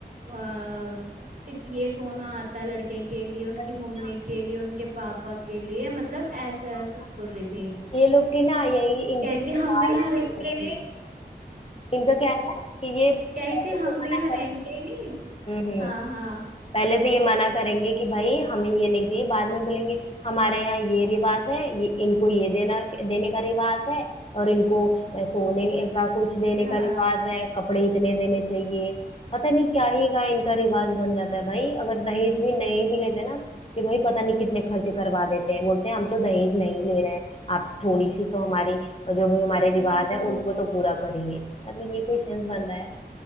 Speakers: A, on the right; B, on the left.
A: अ, इत, ये सोना आता है लड़के के लिए उनकी
B: पर
A: मम्मी
B: ना,
A: के लिए उनके पापा के लिए मतलब ऐसा
B: हाँ,
A: ऐसा
B: हाँ,
A: बोल रही थी
B: ये लोग की ना यही इनकी
A: कह रही
B: चाल
A: थी हम तो यहाँ
B: ऐसी
A: रहेंगे
B: रहती
A: ही नहीं
B: है इनका क्या है ना कि ये पैसे
A: कह रही थी हम
B: तो
A: तो
B: मना
A: यहाँ रहेंगे
B: करेंगे
A: ही नहीं
B: हम्म
A: हाँ हाँ
B: पहले तो ये मना करेंगे कि भाई हमें ये नहीं चाहिए बाद में बोलेंगे हमारे यहाँ ये रिवाज है ये इनको ये देना देने का रिवाज है और इनको अ, सोने का कुछ देने
A: हाँ
B: का रिवाज है कपड़े इतने देने चाहिए पता नहीं क्या ही का इनका रिवाज बन जाता है भाई अगर दहेज भी नहीं भी लेते ना कि भाई पता नहीं कितने खर्चे करवा देते हैं बोलते हैं हम तो दहेज नहीं ले रहे हैं आप थोड़ी सी तो हमारी जो भी हमारे
A: वही
B: रिवाज
A: तो
B: है उनको तो पूरा करिए मतलब ये कोई सेंस बन रहा है